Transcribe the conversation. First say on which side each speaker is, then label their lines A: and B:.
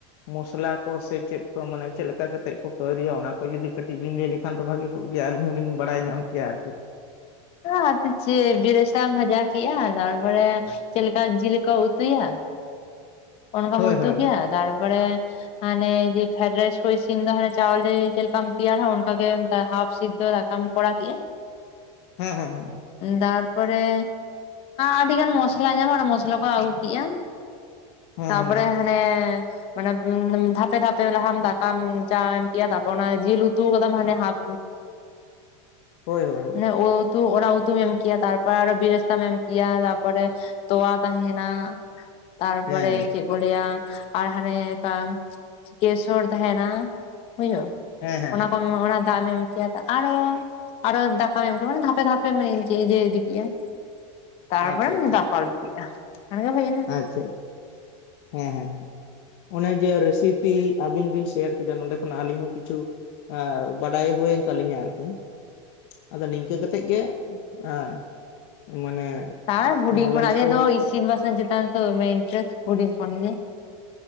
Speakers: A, on the left; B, on the left.
A: ᱢᱚᱥᱞᱟ ᱠᱚ ᱥᱮ ᱪᱮᱫ ᱠᱚ ᱢᱟᱱᱮ ᱪᱮᱫ ᱞᱮᱠᱟ ᱠᱟᱛᱮᱫ ᱠᱚ ᱛᱚᱭᱨᱤᱭᱟ ᱚᱱᱟ ᱠᱚ ᱡᱩᱫᱤ ᱠᱟᱹᱴᱤᱡ ᱵᱤᱱ ᱞᱟᱹᱭ ᱮᱱᱠᱷᱟᱱ ᱫᱚ ᱵᱷᱟᱹᱜᱤ ᱠᱚᱜ ᱜᱮᱭᱟ ᱟᱹᱞᱤᱧ ᱦᱚᱸᱞᱤᱧ ᱵᱟᱲᱟᱭ ᱧᱟᱢ ᱠᱮᱭᱟ ᱟᱨᱠᱤ ᱾
B: ᱟᱫᱚ ᱪᱮᱫ ᱵᱤᱨᱮᱥᱟᱢ ᱵᱷᱟᱡᱟ ᱠᱮᱫᱼᱟ ᱾ ᱵᱚᱞᱮ ᱪᱮᱫ ᱞᱮᱠᱟ ᱡᱤᱞ ᱞᱮᱠᱟᱢ ᱩᱛᱩᱭᱟ᱾ ᱚᱱᱠᱟᱢ
A: ᱦᱳᱭ
B: ᱩᱛᱩ
A: ᱦᱳᱭ
B: ᱠᱮᱭᱟ ᱛᱟᱨᱯᱚᱨᱮ ᱦᱟᱱᱮ ᱡᱮ ᱯᱷᱨᱮᱰ ᱨᱟᱭᱤᱥ ᱠᱚ ᱤᱥᱤᱱ ᱫᱟ ᱦᱟᱱᱮ ᱪᱟᱣᱞᱮ ᱪᱮᱫ ᱞᱮᱠᱟᱢ ᱛᱮᱭᱟᱨᱟ ᱚᱱᱠᱟ ᱜᱮ ᱦᱟᱯ ᱥᱤᱫᱷᱚ ᱫᱟᱠᱟ ᱠᱟᱢ ᱠᱚᱲᱟ ᱠᱮᱜᱼᱟ ᱾
A: ᱦᱮᱸ ᱦᱮ ᱦᱮᱸ
B: ᱛᱟᱨᱯᱚᱨᱮ ᱟᱹᱰᱤ ᱜᱟᱱ ᱢᱚᱥᱞᱟ ᱧᱟᱢᱟ ᱚᱱᱟ ᱢᱚᱥᱞᱟ ᱠᱚ ᱟᱹᱜᱩ ᱠᱮᱜᱼᱟ ᱾
A: ᱦᱮᱸ
B: ᱛᱟᱯᱚᱨᱮ
A: ᱦᱮᱸ
B: ᱦᱟᱱᱮ ᱢᱟᱱᱮ ᱫᱷᱟᱯᱮ ᱫᱷᱟᱯᱮ ᱞᱟᱦᱟᱢ ᱫᱟᱠᱟᱢ ᱡᱟ ᱮᱢ ᱠᱮᱭᱟ ᱛᱟᱯᱚᱨ ᱚᱱᱟ ᱡᱤᱞ ᱩᱛᱩ ᱠᱟᱫᱟᱢ ᱦᱟᱱᱮ ᱦᱟᱯ
A: ᱦᱳᱭ ᱦᱳᱭ ᱦᱳᱭ
B: <unintelligible> ᱚᱱᱟ ᱩᱛᱩᱢ ᱮᱢ ᱠᱮᱭᱟ ᱛᱟᱨᱯᱚᱨ ᱟᱨᱚ ᱵᱤᱨᱮᱥᱛᱟᱢ ᱮᱢ ᱠᱤᱭᱟ ᱛᱟᱨᱯᱚᱨᱮ ᱛᱚᱣᱟ ᱛᱟᱦᱮᱱᱟ ᱛᱟᱨᱯᱚᱨᱮ
A: ᱦᱮᱸ
B: ᱪᱮᱫ ᱠᱚ ᱞᱮᱭᱟ ᱟᱨ ᱦᱟᱱᱮ ᱛᱟᱢ ᱠᱮᱥᱚᱨ ᱛᱟᱦᱮᱱᱟ ᱵᱩᱡᱷᱟᱹᱣ ᱾
A: ᱦᱮᱸ ᱦᱮᱸ
B: ᱚᱱᱟ
A: ᱦᱮᱸ
B: ᱠᱚᱢ ᱮᱢᱟ ᱚᱱᱟ ᱫᱟᱜ ᱮᱢ ᱠᱤᱭᱟ ᱟᱨᱚ ᱟᱨᱚ ᱫᱟᱠᱟᱢ ᱮᱢ ᱠᱮᱭᱟ ᱢᱟᱱᱮ ᱫᱷᱟᱯᱮ ᱫᱷᱟᱯᱮᱢ ᱤᱭᱟᱹ ᱤᱫᱤ ᱠᱮᱭᱟ ᱾ ᱛᱟᱨᱯᱚᱨᱮᱢ
A: ᱟᱪᱪᱷᱟ ᱟᱪᱪᱷᱟ
B: ᱫᱟᱯᱟᱞ ᱠᱮᱜᱼᱟ ᱚᱱᱟᱜᱮ ᱦᱩᱭᱱᱟ ᱾
A: ᱟᱪᱪᱷᱟ ᱟᱪᱪᱷᱟ ᱦᱮᱸ ᱦᱮᱸ ᱦᱮᱸ ᱚᱱᱮ ᱡᱮ ᱨᱮᱥᱤᱯᱤ ᱟᱵᱤᱱ ᱵᱤᱱ ᱥᱮᱭᱟᱨ ᱠᱮᱫᱟ ᱱᱚᱰᱮ ᱠᱷᱚᱱᱟᱜ ᱟᱹᱞᱤᱧ ᱦᱚᱸ ᱠᱤᱪᱷᱩ ᱵᱟᱰᱟᱭ ᱦᱩᱭᱮᱱ ᱛᱟᱞᱤᱧᱟ ᱟᱨᱠᱤ ᱾ ᱟᱫᱚ ᱱᱤᱝᱠᱟᱹ ᱠᱟᱛᱮᱫ ᱜᱮ ᱦᱟ- ᱢᱟᱱᱮ
B: ᱟᱨ ᱦᱩᱰᱤᱧ
A: ᱱᱚᱞᱮᱡᱽ
B: ᱠᱷᱚᱱᱟᱜ ᱜᱮ
A: ᱠᱚ
B: ᱫᱚ ᱤᱥᱤᱱ ᱵᱟᱥᱟᱝ ᱪᱮᱛᱟᱱ ᱨᱮ ᱛᱚ ᱫᱚᱢᱮ ᱤᱱᱴᱟᱨᱮᱥᱴ ᱦᱩᱰᱤᱧ ᱠᱷᱚᱱ ᱜᱮ ᱾